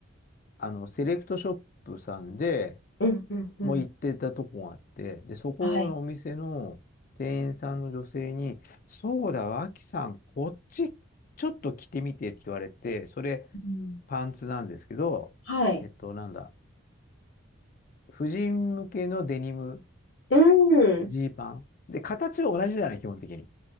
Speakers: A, on the left (about 40°); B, on the left (about 60°).
A: あの、セレクトショップさんで
B: うんうん。
A: もう行ってたとこがあって、で、そこのお店の店員さんの女性に、
B: はい。
A: そうだ、脇さん、こっちちょっと着てみてって言われて、それ、
B: うん。
A: パンツなんですけど、
B: はい。
A: えっと、なんだ、婦人向けのデニム、
B: うん。
A: ジーパン。で、形は同じじゃない、基本的に。